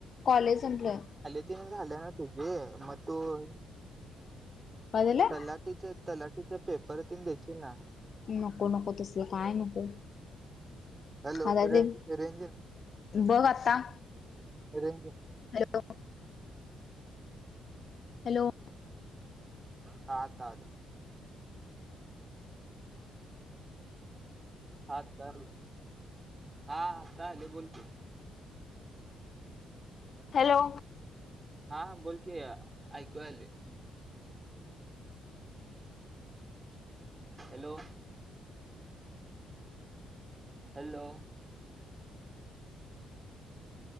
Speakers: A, on the left; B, on the right.
A: कॉलेज म्हटलं.
B: झाल्याचं नां तुझे मंग तूं
A: काय झालं
B: सलां तीचं तीलाटीचा पेपर ते द्यीलं नां.
A: नको नको तसलं कामं नको
B: हॅलो
A: आंता
B: रेंज
A: ते.
B: रेंज आहे ना
A: बघं आंता.
B: अरे
A: हॅलो हॅलो.
B: हां चालेल. हां तां हां आता आलें बोलं की.
A: हॅलो.
B: हां बोलंकी ऐकूं आले. हॅलो. हॅलो.